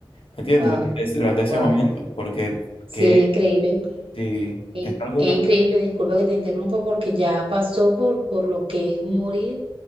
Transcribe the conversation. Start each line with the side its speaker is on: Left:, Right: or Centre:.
Left: ¿Me entiendes?
Right: Wow,
Left: Durante, ese durante ese
Right: wow.
Left: momento, porque
Right: Sí,
Left: que
Right: es increíble.
Left: sí,
Right: e-
Left: es algo
Right: Es
Left: que...
Right: increíble, disculpa que te interrumpa porque ya pasó por, por lo que es morir